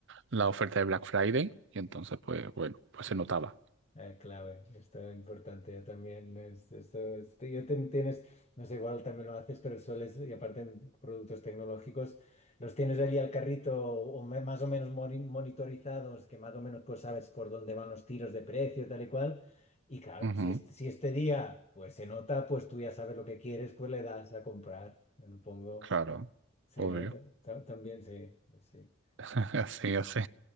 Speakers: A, on the right; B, on the left.
A: la oferta de Black Friday y entonces pues bueno, pues se notaba.
B: Ah, clave, esto es importante, yo también, es- esto, esto- yo ten- tienes, no sé, igual también lo haces, pero sueles, y aparte en productos tecnológicos, los tienes allí al carrito o me- más o menos moni- monitorizados, que más o menos pues sabes por dónde van los tiros de precio, tal y cual, y claro,
A: Ujú.
B: si, es- si este día pues se nota, pues tú ya sabes lo que quieres, pues le das a comprar, le pongo,
A: Claro,
B: sí,
A: obvio.
B: ¿no? Ta- ta- También, sí, sí.
A: <laughs> Así, así.